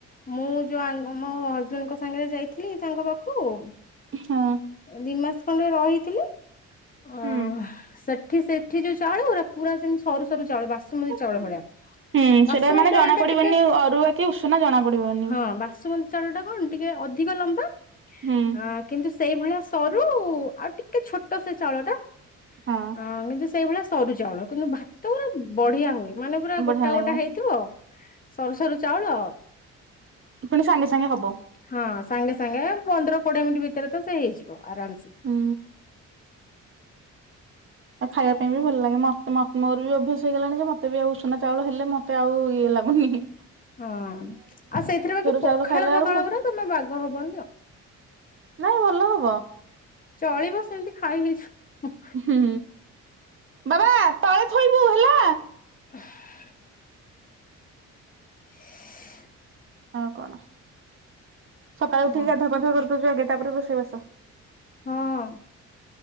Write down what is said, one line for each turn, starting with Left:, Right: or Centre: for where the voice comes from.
Left: ମୁଁ ଯୋଉ ଆଙ୍କ ମୋ ହଜବେଣ୍ଡଙ୍କ ସାଙ୍ଗରେ ଯାଇଥିଲି ତାଙ୍କ ପାଖୁକୁ।
Right: ହୁଁ।
Left: ଦି ମାସେ ଖଣ୍ଡେ ରହିଥିଲି ଅ
Right: ହଁ
Left: ସେଠି ସେ। ଏଠି ଯୋଉ ଚାଉଳ ଗୁରା ପୁରା ସେମିତି ସରୁ, ସରୁ ଚାଉଳ ବାସୁମତି ଚାଉଳ
Right: ହୁଁ
Left: ଭଳିଆ।
Right: ହୁଁ
Left: ବାସୁମତି
Right: ସେଟା ମାନେ
Left: ଚାଉଳ
Right: ଜଣା
Left: ଟା
Right: ପଡିବନି
Left: ଟିକେ
Right: ଅରୁଆ କି ଉଷୁନା ଜଣା ପଡିବନି।
Left: ହଁ ବାସୁ ଚାଉଳ ଟା କ'ଣ ଟିକେ ଅଧିକ ଲମ୍ବା
Right: ହୁଁ
Left: ଆ କିନ୍ତୁ। ସେଇଭଳିଆ ସରୁ ଆଉ ଟିକେ ଛୋଟ ସେ ଚାଉଳଟା
Right: ହଁ
Left: ଅ କିନ୍ତୁ ସେଇଭଳିଆ। ସରୁ ଚାଉଳ କିନ୍ତୁ ଭାତ ଗୁରା ବଢିଆ ହୁଏ ମାନେ ପୁରା
Right: ବଢିଆ
Left: ଗୋଟା,
Right: ଲାଗିବ
Left: ଗୋଟା ହେଇଥିବ। ସରୁ, ସରୁ ଚାଉଳ।
Right: ପୁଣି ସାଙ୍ଗେ, ସାଙ୍ଗେ ହବ।
Left: ହଁ ସାଙ୍ଗେ, ସାଙ୍ଗେ ପନ୍ଦର, କୋଡିଏ ମିନିଟ୍ ଭିତରେ ତ ସେ ହେଇଯିବ ଆରାମସେ।
Right: ହୁଁ। ଖାଇବା ପାଇଁ ବି ଭଲ ଲାଗେ ମତେ ମତ ମୋର ବି ଅଭ୍ୟାସ ହେଇଗଲାଣି ଯେ ମତେ ବି ଆଉ ଉସୁନା। ଚାଉଳ ହେଲେ ମତେ ଆଉ ଇଏ ଲାଗୁନି ହି ହି।
Left: ହଁ ଆଉ ସେଇଥିରେ ବାକି
Right: ଚାଉଳ
Left: ପଖାଳ,
Right: ଖାଇଲା ବେଳକୁ
Left: ଫଖାଳ ଗୁଡା ଜମା ବାଗ ହବନି ଆଉ।
Right: ନାଇଁ ଭଲ ହଉ।
Left: ଚଳିବ ସେମିତି ଖାଇ ହେଇଛୁ
Right: ହୁଁ ବାବା ତଳେ ଥୋଇବୁ ହେଲା।
Left: <unintelligible> <unintelligible>
Right: ହଁ ଆଉ କଣ ସକାଳୁ ଉଠିକି
Left: ହଁ
Right: ଗାଧୁଆ, ପାଧୁଆ କରିଦଉଚୁ ଆଗେ ତାପରେ ରୁଷେଇ ବାସ।
Left: ଆଉ